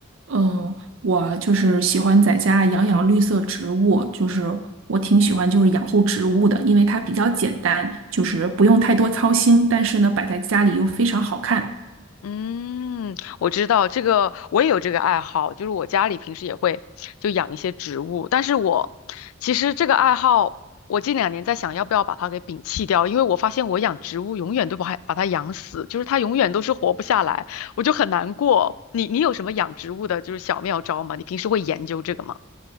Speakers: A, on the right; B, on the left.
A: 嗯，我就是喜欢在家养养绿色植物，就是我挺喜欢就是养护植物的，因为它比较简单，就是不用太多操心，但是呢摆在家里又非常好看。
B: 嗯，我知道这个，我也有这个爱好，就是我家里平时也会就养一些植物，但是我其实这个爱好，我近两年在想要不要把它给摒弃掉，因为我发现我养植物永远都不它把它养死，就是它永远都是活不下来，我就很难过。你你有什么养植物的就是小妙招吗？你平时会研究这个吗？